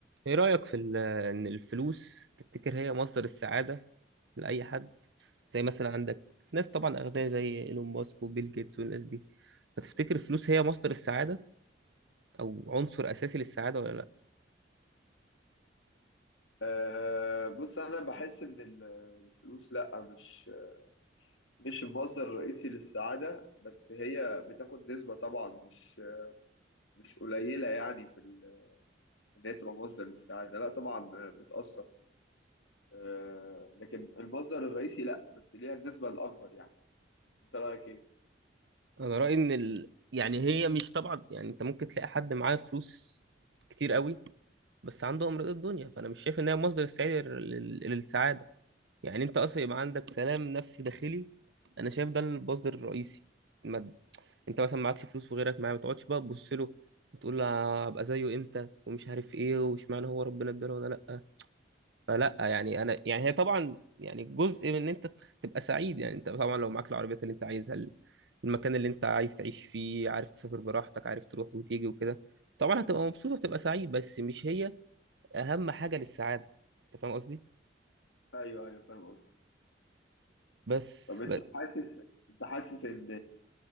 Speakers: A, on the right; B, on the left.
A: ايه رأيك في ال- ان الفلوس تفتكر هي مصدر السعادة لأي حد زي مثلا عندك ناس طبعا أغنياء زي ايلون ماسك وبيل جيتس والناس دي فتفتكر الفلوس هي مصدر السعادة او عنصر أساسي للسعادة ولا لا
B: أه بص انا بحس ان ال- الفلوس لا مش مش المصدر الرئيسي للسعاده بس هي بتاخد نسبه طبعا مش مش قليله يعني في ال- ان هي تبقى مصدر للسعاده لا طبعا آه، بتاثر أه لكن المصدر الرئيسي لا بس ليها النسبه الاكبر يعني انت رايك ايه
A: انا رأيي ان ال... يعني هي مش طبعا يعني انت ممكن تلاقي حد معاه فلوس كتير قوي بس عنده امراض الدنيا فانا مش شايف ان هي مصدر السعادة لل... للسعادة يعني انت اصلا يبقى عندك سلام نفسي داخلي انا شايف ده المصدر الرئيسي ما انت مثلا معكش فلوس وغيرك معاه ما تقعدش بقى تبص له وتقول له ابقى زيه امتى ومش عارف ايه واشمعنى هو ربنا اداله ولا لا فلا يعني انا يعني هي طبعا يعني جزء من ان انت تخ- تبقى سعيد يعني انت طبعا لو معاك العربيات اللي انت عايزها ال- المكان اللي انت عايز تعيش فيه عارف تسافر براحتك عارف تروح وتيجي وكده طبعا هتبقى مبسوط وتبقى سعيد بس مش هي اهم حاجة للسعادة انت فاهم قصدي
B: ايوه ايوه فاهم قصدك
A: بس,
B: طب انت
A: بس
B: حاسس انت حاسس ان